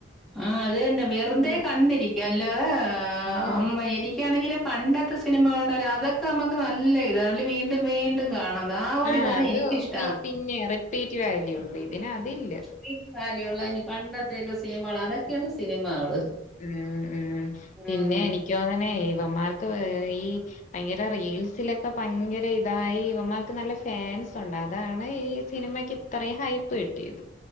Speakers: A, in the centre; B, on the left (about 40°).
A: ആഹ് അത് തന്നെ വെറുതെ
B: ഉം
A: കണ്ടിരിക്ക അല്ലാതേ
B: ആഹ്
A: അം ഇനിക്കാണെങ്കില്. പണ്ടത്തെ സിനിമകളുണ്ടാലും അതൊക്കെ നമുക്ക് നല്ല ഇതാണല്ലെ വീണ്ടും വീ ട്ടും കാണ ത ആ ഒരിതാണ്
B: ആഹ് അത്
A: എനിക്കിഷ്ട്ടാ
B: വി- പിന്നെ റിപ്പീറ്റ് വാല്യു ഉണ്ട് ഇതിന് അതില്ല.
A: വീറ്റ് വലിയുള്ള പണ്ടത്തേക്കെ സിനിമകളാ അതൊക്കെയാണ് സിനിമകള്.
B: ഉം ഉം
A: ഉം.
B: പിന്നെ എനിക്ക് തോന്നണേ ഇവന്മാർക്ക് ഏഹ് ഈ ഭയങ്കര റീൽസിലൊക്കെ ഭയങ്കര ഇതായി ഇവമ്മാർക്ക് നല്ല ഫാൻസ് ഉണ്ട് അതാണ് ഈ സിനിമക്ക്ഇ ഇത്രയും ഹൈപ്പ് കിട്ടിയത്.